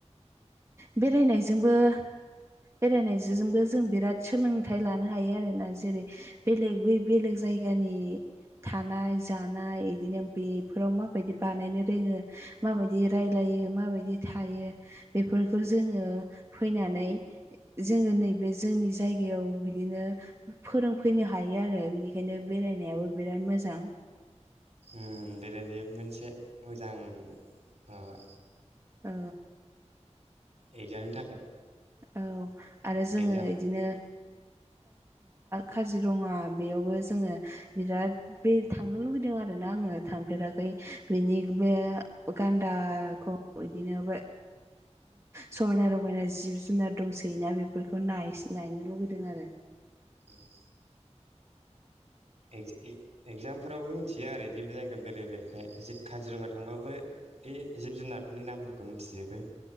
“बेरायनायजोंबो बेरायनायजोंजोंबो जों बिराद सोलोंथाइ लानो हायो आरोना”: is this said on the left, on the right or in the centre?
Right